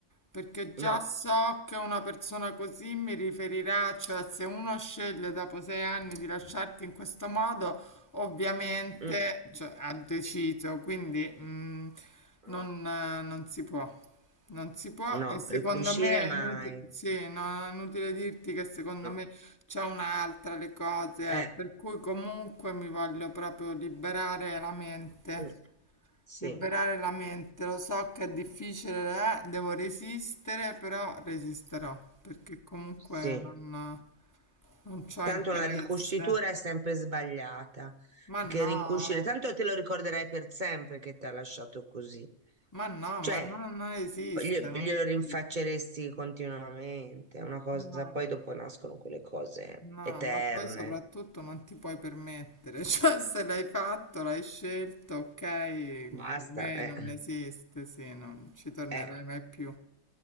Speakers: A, on the left; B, on the right.
A: perché già
B: no,
A: so che una persona così mi riferirà, cioè se uno sceglie dopo sei anni di lasciarti in questo modo, ovviamente,
B: mm,
A: cioè, ha deciso, quindi mm,
B: mm,
A: non eh, non si può. Non si può,
B: no,
A: e secondo
B: ricucire
A: me
B: mai.
A: è inutile, sì, no, no, è inutile dirti che secondo
B: No.
A: me c'è un'altra le cose,
B: Eh,
A: eh, per cui comunque mi voglio proprio liberare la mente,
B: mm, sì,
A: liberare la mente, lo so che è difficile, eh, devo resistere, però resisterò, perché comunque
B: sì.
A: non, non c'ho
B: Tanto
A: interesse.
B: una ricucitura è sempre sbagliata,
A: Ma
B: perché
A: no,
B: ricucire, tanto te lo ricorderai per sempre che ti ha lasciato così.
A: ma no,
B: Cioè,
A: ma no, non esiste,
B: gli-
A: non
B: glielo rinfacceresti
A: esiste.
B: continuamente, è una cosa,
A: No,
B: poi
A: no. no.
B: dopo nascono quelle cose
A: No,
B: eterne.
A: ma poi soprattutto non ti puoi permettere, <laughs> cioè se l'hai fatto, l'hai scelto, ok,
B: Basta,
A: con me
B: eh,
A: non esiste, sì, non ci tornerai
B: eh,
A: mai più.